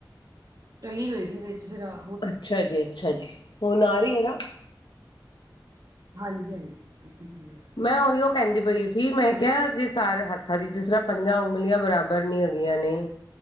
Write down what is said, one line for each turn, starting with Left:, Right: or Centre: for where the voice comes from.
Right: ਚਲੀ ਗਈ ਸੀ ਵਿੱਚ ਫਰਾ।
Left: ਅੱਛਾ ਜੀ ਅੱਛਾ ਜੀ ਹੁਣ ਆ ਰਹੀ ਹੈਨਾ।
Right: ਹਾਂਜੀ ਹਾਂਜੀ ਬਿਲਕੁਲ ਕਲੀਅਰ ਹੈ।
Left: ਮੈਂ ਉਹੀਓ ਕਹਿੰਦੀ ਪਈ ਸੀ ਮੈਂ ਕਿਹਾ ਜੇ ਸਾਰੇ ਹੱਥਾਂ ਦੀ ਜਿਸ ਤਰ੍ਹਾਂ ਪੰਜਾਂ ਉਂਗਲੀਆਂ ਬਰਾਬਰ ਨੀ ਹੈਗੀਆਂ ਨੇ।